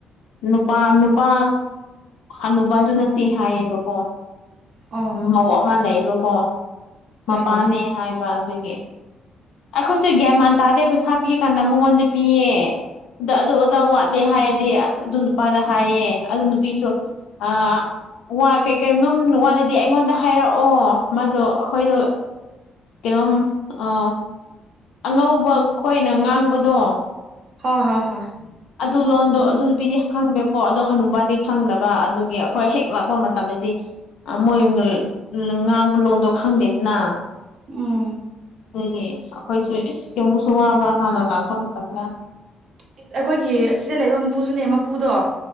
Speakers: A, on the left; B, on the right.
A: ꯅꯨꯄꯥ ꯅꯨꯄꯥ ꯍꯅꯨꯕ ꯑꯗꯨ ꯅꯠꯇꯦ ꯍꯥꯏꯌꯦꯕꯀꯣ
B: ꯑꯣ
A: ꯃꯧ ꯑꯃ ꯂꯩꯕꯀꯣ
B: ꯍꯣꯏꯅꯦ
A: ꯃꯄꯥꯅꯦ ꯍꯥꯏꯑꯦꯕ ꯑꯗꯨꯒꯤ ꯑꯩꯈꯣꯏꯁꯨ ꯒ꯭ꯌꯥꯟ ꯃꯥꯟ ꯇꯥꯗꯦ ꯄꯩꯁꯥ ꯄꯤ ꯀꯥꯟꯗ ꯃꯉꯣꯟꯗ ꯄꯤꯌꯦ ꯑꯗ ꯑꯗꯨ ꯑꯗꯥ ꯋꯥꯠꯂꯦ ꯍꯥꯏꯔꯗꯤ ꯑꯗꯨ ꯅꯨꯄꯥꯗ ꯍꯥꯏꯌꯦ ꯑꯗꯨ ꯅꯨꯄꯤꯁꯨ ꯑꯥ ꯋꯥ ꯀꯩ ꯀꯩꯅꯣꯝ ꯋꯥꯠꯂꯗꯤ ꯑꯩꯉꯣꯟꯗ ꯍꯥꯏꯔꯛꯑꯣ ꯃꯥꯗꯣ ꯑꯩꯈꯣꯏꯗꯣ ꯀꯩꯅꯣꯝ ꯑꯥ ꯑꯉꯧꯕ ꯈꯣꯏꯅ ꯉꯥꯡꯕꯗꯣ
B: ꯍꯣ ꯍꯣꯏ ꯍꯣꯏ
A: ꯑꯗꯨ ꯂꯣꯟꯗꯣ ꯑꯗꯨ ꯄꯗꯤ ꯈꯪꯂꯦꯀꯣ ꯑꯗꯨ ꯍꯅꯨꯕꯥꯗꯤ ꯈꯪꯗꯕ ꯑꯗꯨꯒꯤ ꯑꯩꯈꯣꯏ ꯍꯦꯛ ꯂꯥꯛꯄ ꯃꯇꯝꯗꯗꯤ ꯑꯥ ꯃꯣꯏꯒꯤ ꯉꯥꯡꯕ ꯂꯣꯟꯗꯣ ꯈꯪꯗꯦꯗꯅ
B: ꯎꯝ
A: ꯑꯗꯨꯒꯤ ꯑꯩꯈꯣꯏꯁꯨ ꯏꯁ ꯌꯨꯝꯕꯨꯁꯨ ꯋꯥꯕ ꯍꯥꯟꯅ ꯂꯥꯛꯄ ꯃꯇꯝꯗ
B: ꯏꯁ ꯑꯩꯈꯣꯏꯒꯤ ꯁꯤꯗ ꯂꯩꯕ ꯃꯄꯨꯁꯨꯅꯦ ꯃꯄꯨꯗꯣ